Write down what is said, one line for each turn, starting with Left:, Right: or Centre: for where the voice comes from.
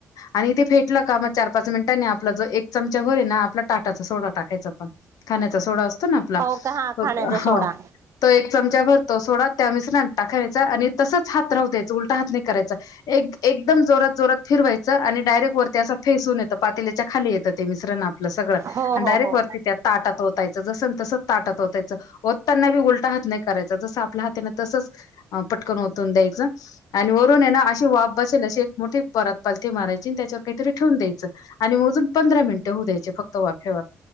Left: आणि इथे फेटलं का मग चार पाच मिनिटांनी आपला जो एक चमचा भरे ना आपला टाटाचा सोडा टाकायचा पण खाण्याचा सोडा असतो ना आपला
Right: हो का हा खाण्याचा
Left: हो
Right: सोडा
Left: तो एक चमचा भरतो सोडा त्यानसरां टाकाायचा आणि तसच हात राहू द्यायच उलटा हात नाही करायचा एकदम जोरात जोरात फिरवायचं आणि डायरेक्ट वरती असं फेस होून येतं पातेल्याच्या खाली येतं ते मिश्र ना आपलं सगळं
Right: हो
Left: आणि,
Right: हो
Left: डायरेक्ट
Right: हो
Left: वरती त्या ताटात ओतायचं, जसं तसं ताटात वतायचं. हो त्यांना बी उलटा हात नाही, करायचा जसं आपल्या हात ना तसंच, पटकन होतून, द्यायचं आणि, ना अशी वाफ बसेल अशी, एक मोठी परात पालथी मारायची आणि त्याच्यावर काहीतरी ठेवून द्यायचं. आणि मोजून पंधरा मिनिटं होऊ, द्यायचे फक्त वाफेवर,